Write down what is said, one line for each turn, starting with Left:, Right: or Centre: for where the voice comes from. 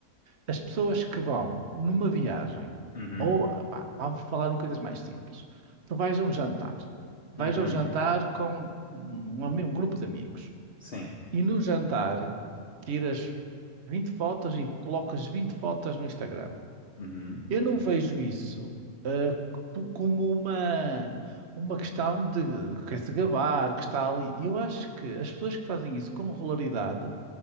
Right: As pessoas que vão numa viagem,
Left: Uhum.
Right: ou pá, vamos falar em coisas mais simples. Tu vais a um jantar, vais
Left: Uhum.
Right: a um jantar com um, ami- um grupo de amigos,
Left: Sim.
Right: e no jantar tiras 20 fotos e colocas 20 fotos no Instagram.
Left: Uhum.
Right: Eu não vejo isso tu- como uma, uma questão de quer se gabar, que está ali. Eu acho que as pessoas que fazem isso com regularidade